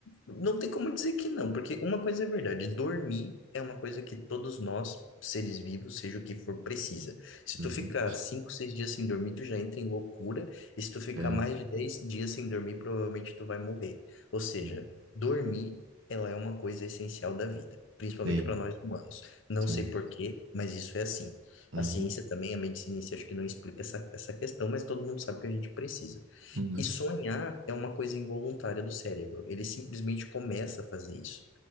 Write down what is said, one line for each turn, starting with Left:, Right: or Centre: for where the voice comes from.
Left: não tem como dizer que não, porque uma coisa é verdade, dormir é uma coisa que todos nós, seres vivos, seja o que for, precisa. Se
Right: Uhum.
Left: tu ficar cinco, seis dias sem dormir, tu já entra em loucura, e se tu ficar
Right: É.
Left: mais de 10 dias sem dormir, provavelmente tu vai morrer. Ou seja,
Right: Hum.
Left: dormir, ela é uma coisa essencial da vida, principalmente
Right: Sim,
Left: para nós humanos. Não
Right: sim.
Left: sei por quê, mas isso é assim.
Right: Uhum.
Left: A ciência também, a medicina em si, acho que não explica essa, essa questão, mas todo mundo sabe que a gente precisa.
Right: Uhum.
Left: E sonhar é uma coisa involuntária do cérebro. Ele simplesmente começa a fazer isso.